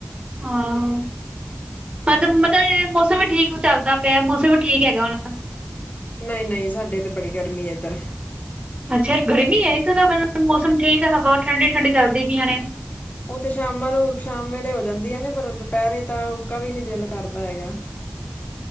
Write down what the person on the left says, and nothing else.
ਨਹੀਂ ਨਹੀਂ ਸਾਡੇ ਤੇ ਬੜੀ ਗਰਮੀ ਹੈ ਇੱਧਰ।
ਉਹ ਤੇ ਸ਼ਾਮਾਂ ਨੂੰ ਸ਼ਾਮ ਵੇਲੇ ਹੋ ਜਾਂਦੀਆ ਨੇ ਪਰ ਦੁਪਹਿਰੇ ਤਾਂ ਉੱਕਾ ਵੀ ਨੀ ਦਿਲ ਕਰਦਾ ਹੈਗਾ।